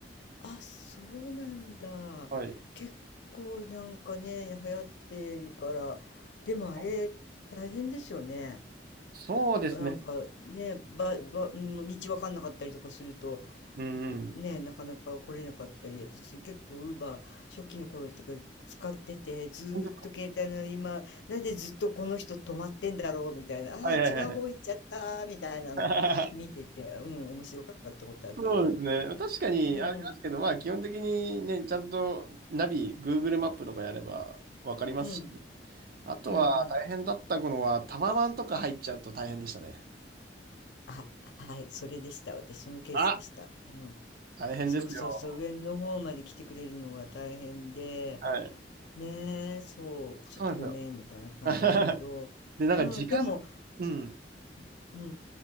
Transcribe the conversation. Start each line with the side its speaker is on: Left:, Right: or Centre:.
Left: あ、そうなんだ。
Right: はい。
Left: 結構なんかね、流行ってるから、でもあれ大変ですよね。
Right: あそうですね。
Left: なんかね、ば、ば、うん道わかんなかったりとかすると、
Right: うんうん。
Left: うんね、なかなか来れなかったり、私結構ウーバー初期の頃っていうか使ってて、ずーっと携帯の今、
Right: 本当ですか
Left: なんでずっとこの人止まってんだろうみたいな、ああー、
Right: はいはいはい
Left: 違う方行っちゃったみたいなの見てて、
Right: はい。
Left: うん、面白かったことあるけど。
Right: <laughs> そうですね。確かにありますけど、
Left: うん、
Right: まあ基本的にね、ちゃんとナビ、Google マップとかやればわかりますし、
Left: うん、
Right: あとは大変だったのはタワマンとか入っちゃうと大変でしたね。
Left: うん、うん。あ、はい、それでした。私、そのケースでした。
Right: あ、
Left: うん。
Right: 大変ですよ。
Left: そうそうそう、上の方まで来てくれるのが大変で、
Right: はい。
Left: ねえ、そう、ちょっとごめん、
Right: そうなんですよ。
Left: みたいな感じだったけど、
Right: <laughs> で、なんか時間、
Left: うん、でも、
Right: うん。
Left: うん、うん